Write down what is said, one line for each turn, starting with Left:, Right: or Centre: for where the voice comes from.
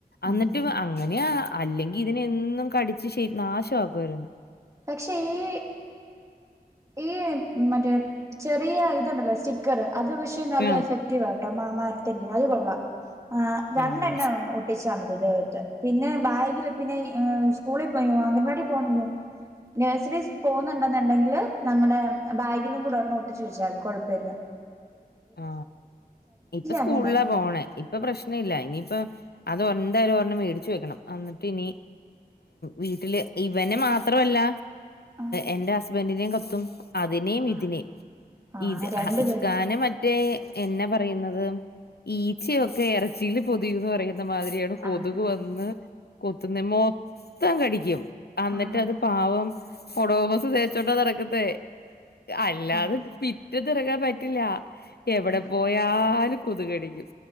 Left: അന്നിട്ട്
Right: ഉം ഉം
Left: അങ്ങനെയാ അല്ലെങ്കി ഇതിനെ എന് നും കടിച്ച ശ നാശാക്കുവാരുന്നു
Right: പക്ഷെ ഈ ഈ മറ്റേ ചെറിയ ഇതുണ്ടല്ലോ സ്റ്റിക്കറ് അത് പക്ഷേ നല്ല
Left: ആ
Right: എഫക്റ്റീവ് ആട്ടോ മാമാ ഏർത്തി അത് കൊള്ളാം ആ രണ്ടെണ്ണെ
Left: ആ
Right: ഒട്ടിച്ചാ മതി ഇത് ട്ടെ പിന്നെ ബാഗീല് പിന്നെ ഏ സ്കൂളി പോയോ അംഗൻവാടി <unintelligible> നേഴ്സറിസ് പോന്നുണ്ടെന്നുണ്ടെങ്കില് നമ്മടെ ബാഗിലും കൂടെർണം ഒട്ടിച്ചു വെച്ചാമതി കൊഴ്പ്പല്ല
Left: ആ ഇപ്പൊ സ്കൂളിലാ
Right: അങ്ങനെ
Left: പോണേ ഇപ്പൊ പ്രശ്ന ഇല്ല ഇനിയിപ്പ അത് ഒന്തരോരെണ്ണം മേടിച്ചു വെക്കണം എന്നിട്ട് ഇനി വീട്ടില് ഇവനെ മാത്രമല്ല
Right: ആഹ്
Left: എറെ ഹസ്ബൻറിിനേയും കത്തും അതിനെയും
Right: ആഹ്
Left: ഇതിനെയും
Right: ആഹ്
Left: ഇത്
Right: രണ്ടു
Left: ഇക്കാന
Right: പേർക്ക്
Left: എന്നെ പറയുന്നത് ഈച്ചയൊക്കെ എറജീൽ പൊതിയന്ന് പറയ മാതിരിയാണ് കൊതുക്
Right: ആഹ്
Left: വന്ന് കൊത്തുന്ന മൊത്തം കടിക്കും എന്നിട്ട്
Right: ആഹ്
Left: അത് പാവം ഒടോമസ് തേച്ചോട്ടാ റക്കത്തെേ അല്ലാതെ
Right: ആഹ്
Left: പി ചറ്റ തിറക്കാൻ പറ്റില്ല എവിടെ
Right: ആഹ്
Left: പോയാലും കൊതുകടിക്കും